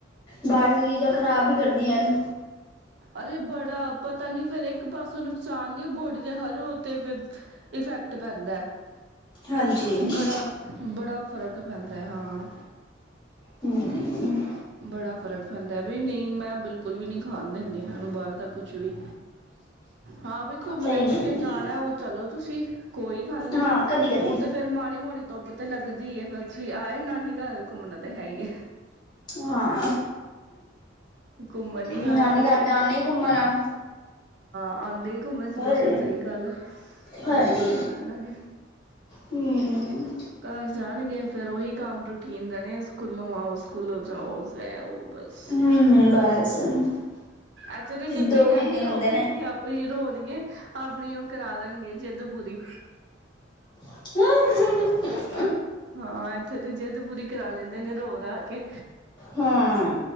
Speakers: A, on the left; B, on the right.
A: ਬਾਹਰ ਦੀ ਚੀਜ਼ਾਂ ਖਰਾਬ ਹੀ ਕਰਦੀਆਂ ਹਨ
B: ਅਰੇ ਬੜਾ। ਪਤਾ ਨੀ ਫੇਿਰ ਇੱਕ ਪਾਸੋਂ ਨੁਕਸਾਨ ਨ ਬੋਡੀ ਦੇ ਹਰ ਤੇ ਇਫੈਕਟ ਪੈਂਦਾ ਹੈ।
A: ਹਾਂਜੀ।
B: ਬੜਾ ਬੜਾ। ਫ਼ਰਕ ਪੈਂਦਾ ਹਾਂ।
A: ਹੂੰ,
B: ਬੜਾ ਫ਼ਰਕ ਪੈਂਦਾ ਬੀ ਨਹੀਂ ਮੈਂ ਬਿਲਕੁਲ ਵੀ ਨਹੀਂ ਖਾਣ ਦਿੰਦੀ ਇਹਨਾਂ ਨੂੰ ਬਾਹਰ ਦਾ ਕੁਛ ਵੀ। ਹਾਂ ਬਈ ਘੁੰਮਣਾ
A: ਸਹੀ ਹੈ
B: ਕਿਤੇ ਜਾਣਾ ਉਹ ਚਲੋ ਤੁਸੀਂ, ਕੋਈ ਗੱਲ ਨੀ
A: ਹਾਂ ਕਦੀ-ਕਦੀ
B: ਉਹ ਤੇ ਫੇਰ ਮਾੜੀ ਮੋਟੀ ਧੁੱਪ ਤੇ ਲੱਗਦੀ ਏ ਫਿਰ ਤੁਸੀਂ ਆਏ ਨਾਨੀ ਘਰ ਘੁੰਮਣਾ ਤੇ ਹੈ ਈ ਏ।
A: ਹਾਂ,
B: ਘੁੰਮਣ ਹੀ ਆਏ
A: ਨਾਨੀ
B: ਬੱਚੇ
A: ਘਰ ਜਾਂਨੇ ਈ ਘੁੰਮਣ ਆ।
B: ਆਂਦੇ ਈ ਘੁੰਮਣ
A: ਹੋਰ
B: ਸਪੈਸ਼ਲ ਸਹੀ ਗੱਲ ਏ,
A: ਹੋਰ
B: ਬਸ
A: ਕੀ
B: ਘੁੰਮਣਾ ਇਹਨਾਂ ਨੇ।
A: ਹੂੰ
B: ਘਰ ਜਾਣ ਗੇ ਫੇਰ ਉਹੀ ਕੰਮ ਰੂਟੀਨ ਰਹਿਣੇ ਆ ਸਕੂਲੋਂ ਆਓ ਸਕੂਲੋਂ ਜਾ ਸੌਸ ਹੈ ਉਹ। ਬਸ,
A: ਹੂੰ ਹੂੰ ਬਸ ਇਸ
B: ਐਥੇ ਤੇ ਜਿੱਥੇ
A: ਦੋ
B: ਕਹਿਣਗੇ
A: ਮਹੀਨੇ ਹੀ ਹੁੰਦੇ
B: ਰੋ ਬੈਠ
A: ਨੇ
B: ਕੇ ਆਪਣੀ ਰੋ ਗੇ ਆਪਣੀ ਉਹ ਕਰਾ ਲੈਣਗੇ ਜਿੱਦ ਪੂਰੀ।
A: <unintelligible>
B: ਹਾਂ ਇੱਥੇ ਤੇ ਜਿੱਦ ਪੂਰੀ ਕਰਾ ਲੈਂਦੇ ਨੇ ਰੋ-ਰਾ ਕੇ।
A: ਹਾਂ